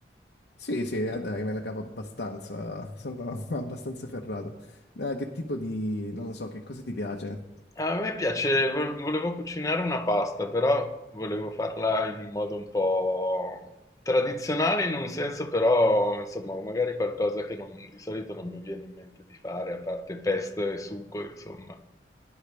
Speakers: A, on the left (about 70°); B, on the left (about 20°).
A: Sì, sì, eh, dai, me la cavo abbastanza, sono <laughs> abbastanza ferrato. Eh, che tipo di, non lo so, che cosa ti piace?
B: A me piace, vo- volevo cucinare una pasta, però volevo farla in un modo un po' tradizionale in un senso, però insomma, magari qualcosa che non- di solito non mi viene in mente di fare, a parte pesto e sugo, insomma.